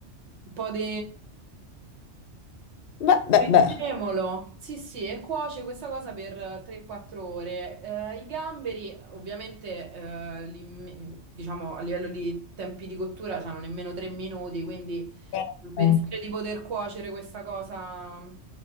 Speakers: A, on the right; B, on the left.
A: un po' di
B: Beh, beh,
A: Prezzemolo,
B: beh.
A: sì sì, e cuoce questa cosa per 3-4 ore. Eh, i gamberi, ovviamente, eh, li me- diciamo a livello di tempi di cottura, hanno nemmeno 3 minuti, quindi
B: Eh,
A: pensare di poter cuocere questa cosa,